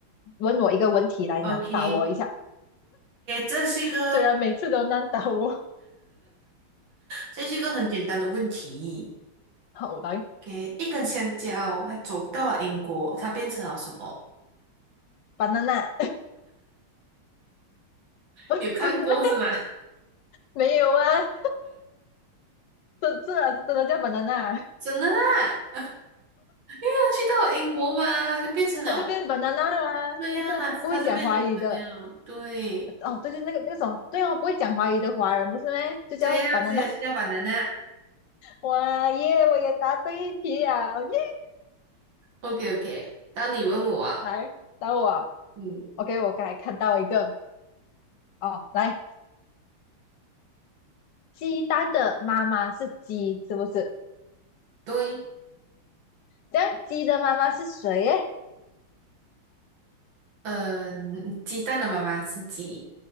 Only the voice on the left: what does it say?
问我一个问题来难倒我一下。
虽然每次都难倒我，
好来
，banana 不不是咩？
没有啊，这次啊真的叫 banana，啊
因为
他就变 banana 了啊那个不会讲华语的，
哦对对，那个那种对哦，不会讲华语的华人不是咩？就叫
banana。
哇耶，我也答对一题啊，耶！
来，等我
，OK，我刚才看到一个哦，来，鸡蛋的妈妈是鸡，是不是？
这样鸡的妈妈是谁耶